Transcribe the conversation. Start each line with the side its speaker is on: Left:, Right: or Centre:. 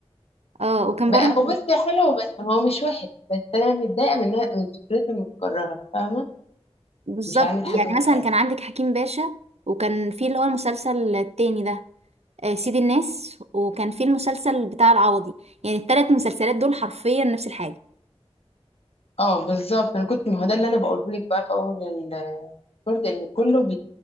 Right: اه وكان
Left: بقى
Right: برضه
Left: هو بس حلو بس هو مش وحش بس انا متضايقه من من فكرته المتكرره فاهمه
Right: بالظبط
Left: مش عامل
Right: يعني
Left: حاجه مختلفه
Right: مثلا كان عندك حكيم باشا وكان في اللي هو المسلسل التاني ده آه، سيد الناس وكان في المسلسل بتاع العوضي يعني التلات مسلسلات دول حرفيا نفس الحاجة
Left: اه بالظبط انا كنت ما هو ده اللي انا بقوله لك بقى في اول برضه ان كله بي...